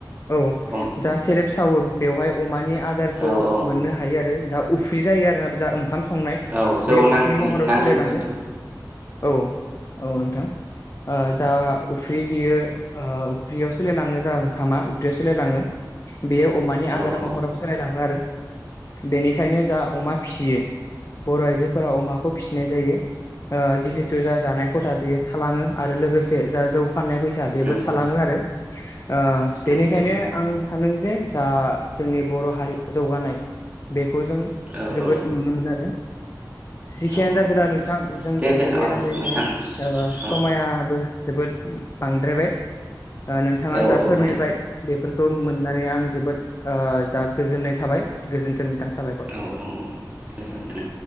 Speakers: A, on the left; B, on the right.
A: औे
B: औ
A: जाहा सेरेब सावो बेवहाय अमानि आदारखौ
B: औ
A: मोननो हायो आरो। जा उफ्रि जायो आरोना जा ओंखाम संनाय
B: औ जौ
A: बे
B: नां
A: उफ्रि महराव
B: नाङि
A: सोलायलाङो
B: बुस्थु
A: औ औ नोंथां। ओ जा उफ्रि बियो ओ उफ्रियाव सोलायलाङो जा ओंखामा उफ्रियाव सोलायलाङो। बेयो अमानि
B: औ
A: आदार
B: औ
A: महराव सोलायलाङो आरो। बेनि फ्रायनो जा अमा फिसियो बर' आइजो फोरा अमाखौ फिसिनाय जायो। ओ जिहेथु जा जानाय खथा बेयो थालाङो आरो लोगोसे जा जौ फाननाय फैसा बेबो
B: नंगौ
A: थालाङो आरो। ओ
B: नंगौ
A: बेनिखायनो
B: नंगौ
A: आं सानोदों जे जा जोंनि बर' हारियाव जौगानाय बे खौ जों
B: औ
A: जोबोद
B: औ
A: नुनो मोनो आरो। जिखियानो
B: औ औ
A: जादोंला नोंथां जों
B: दे
A: सानैनि
B: जे औ
A: रायलायनाया
B: नोंथां
A: ओ
B: औ
A: समायाबो जोबोद बांद्रायबाय ओ नोंथाङा
B: औ
A: जा
B: औ
A: फोरमायबाय
B: औ
A: बेफोरखौ मोननानै आं जोबोद ओ जा गोजोननाय थाबाय गोजोन्थों नोंथां। साबायखर
B: औ औ औ गोजोन्थों।
A: औ नोंथां।